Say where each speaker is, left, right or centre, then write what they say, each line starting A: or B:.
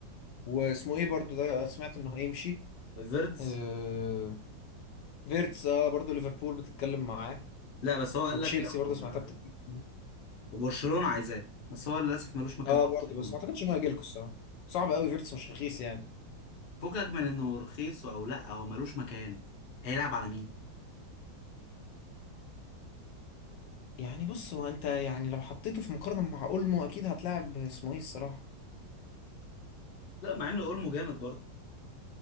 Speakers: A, on the left; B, on the left.
A: واسمه ايه برضو ده سمعت انه هيمشي
B: فيردز
A: آه فيرتس اه برضو ليفربول بتتكلم معاه
B: لا بس هو قال
A: وتشيلسي
B: لك لو
A: برضه سمعتها
B: آه،
A: بتتكلم
B: وبرشلونه عايزاه بس هو للاسف ملوش مكان
A: اه
B: في
A: برضه
B: برشلونه
A: بس ما اعتقدش انه هيجيلكوا الصراحه صعب قوي فيرتس مش رخيص يعني
B: فكك من انه رخيص او لا هو ملوش مكان هيلعب على مين
A: يعني بص هو انت يعني لو حطيته في مقارنه مع اولمو اكيد هتلاعب اسمه ايه الصراحه
B: لا مع انه اولمو جامد برضه